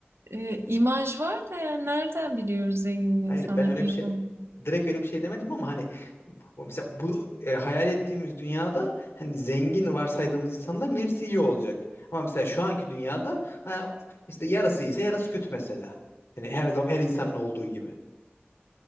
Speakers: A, on the right (about 80°); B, on the left (about 90°).
A: e, imaj var da yani nereden biliyoruz zengin insanların
B: hayır ben öyle
A: iyi
B: bir şey
A: olmadığını?
B: direkt öyle bir şey demedim ama hani O Mesela bu e, hayal ettiğimiz dünyada hani zengin varsaydığımız insanların hepsi iyi olacak. Ama mesela şu anki dünyada hani işte yarısı iyiyse yarısı kötü mesela. Yani her zaman her insanın olduğu gibi.